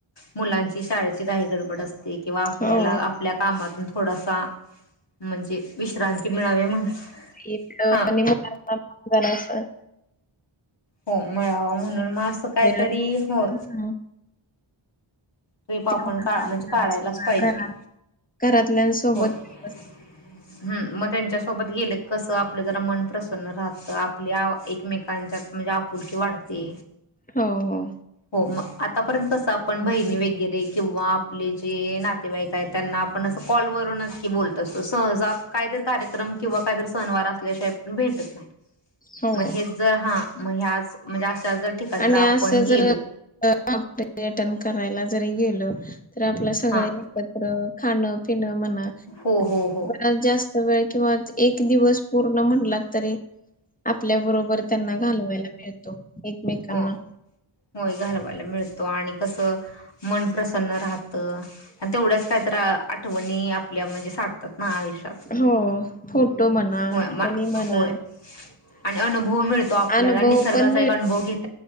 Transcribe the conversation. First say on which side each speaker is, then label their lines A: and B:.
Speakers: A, on the left; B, on the left.
A: मुलांची शाळेची काही गडबड असते. किंवा आपल्याला
B: हो
A: आपल्या कामातून थोडासा म्हणजे विश्रांती मिळावी म्हणून.
B: इथं
A: हा
B: कधी अधून मधून जाण असंत.
A: हो मिळावा म्हणून मग असं काहीतरी
B: वेळ
A: हो,
B: हम्म
A: ट्रिप आपण
B: तेवढंच
A: काढतो
B: आपल्याला
A: म्हणजे काढायलाच
B: सगळं
A: पाहिजे.
B: घरात घरातल्यांसोबत
A: हो हम्म म त्यांच्यासोबत गेलं कसं आपलं जरा मन प्रसन्न राहतं. आपल्या एकमेकांच्या म्हणजे आप आपुलकीे वाढते.
B: हो हो
A: हो मग, आतापर्यंत कसं आपण बहिणी वगैरे किंवा आपले जे नातेवाईक आहे त्यांना आपणं असं कॉल वरूनच न की बोलत असतो सहज काहीतरी कार्यक्रम किंवा काहीतरी सहनवार असल्याशिवाय पण भेटत नाही.
B: हो
A: मग हेच जर हा मग हा आज म्हणजे, जर ठिकाण
B: आणि
A: जर आपण
B: अस
A: गेलो
B: जर अट करायला जरी गेलो, तर आपल्या सगळे
A: हा
B: एकत्र खाणं पिणं म्हणा,
A: हो हो हो
B: जरा जास्त वेळ किंवा एक दिवस पूर्ण म्हणला तरी आपल्याबरो बर त्यांना घालवायला मिळतो. एकमेकांना
A: हो होय घालवायला मिळत. आणि कस मन प्रसन्न राहत आणि तेवढंच कायतर आठवणी आपल्या म्हणजे साठतात ना आयुष्यात.
B: हो फोटो म्हणा
A: हो
B: आठवणी म्हणा
A: होय आणि अनुभव मिळतो आपल्याला
B: अनुभव
A: निसर्गाचा
B: पण मिळ
A: एक अनुभव घेतो.